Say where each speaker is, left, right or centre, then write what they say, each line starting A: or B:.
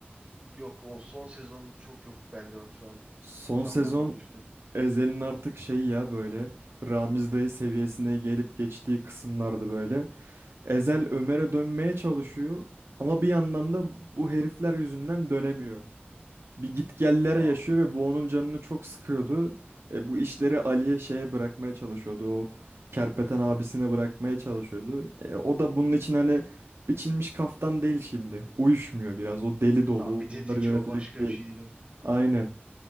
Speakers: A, on the right; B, on the right.
A: Yok o son sezon çok yok bende bak şu an
B: Son
A: canlanmadı
B: sezon
A: işte.
B: Ezel'in artık şey ya böyle Ramiz dayı seviyesine gelip geçtiği kısımlardı böyle. Ezel Ömer'e dönmeye çalışıyor ama bir yandan da bu herifler yüzünden dönemiyor.
A: Hmm.
B: bir gitgellere
A: Aa.
B: yaşıyor ve bu onun canını çok sıkıyordu. E, bu işleri Ali'ye şeye bırakmaya çalışıyordu. O kerpeten abisine bırakmaya çalışıyordu. E, o da bunun için hani biçilmiş kaftan değil şimdi. Uyuşmuyor biraz. O deli dolu.
A: Tamam bir
B: o
A: tetikçi
B: Bunları Hmm. yönetecek
A: o başka
B: değil.
A: bir şey değil o.
B: Aynen.